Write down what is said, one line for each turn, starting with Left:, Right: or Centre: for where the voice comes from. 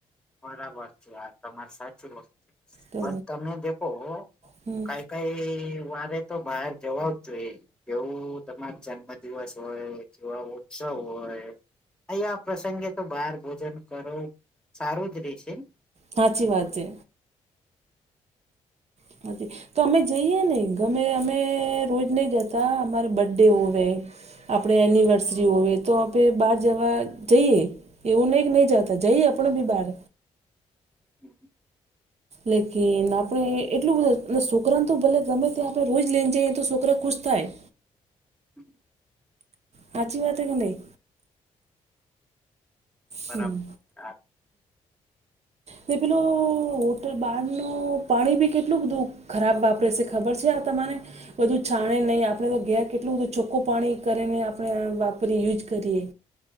Centre: બરાબર છે આ તમારે સાચી વસ
Right: તો
Centre: પણ તમે દેખો હું
Right: હમ
Centre: કઈ કઈ વારે તો બહાર જવા જ જોઈએ કેવું તમારો જન્મ દિવસ હોય કેવા હોય સૌ હોય અહીયા પ્રસંગે તો બહાર ભોજન કરો સારું જ રેય છે.
Right: હાચી વાત છે. <inaudible> તો અમે જઈએ ને ગમે અમે રોજ નહી જતા અમારે બર્ડે હોવે આપણે એનિવર્સરી હોવે તો બહાર જવા જઈએ એવું નહીં કે નહીં જતા જઈએ આપણ બી બહાર.
Centre: <inaudible>
Right: લેકિન આપણે એટલું બધ સોકરાને તો ભલે તમે ત્યાં આપણે રોજ લઈને જઈએ તો સોકરા ખુશ થાય.
Centre: <inaudible>
Right: હાચી વાત હે કે નહી.
Centre: બરાબર
Right: હમ. ને પેલું હોટલ બાર નું પાણી બી કેટલું બધું ખરાબ વાપરે સે ખબર છે આ તમને. બધું છાણે નહીં આપણે તો ઘેર કેટલું બધું ચોખ્ખું પાણી કરીને આપણે વાપરીએ યુઝ કરીએ.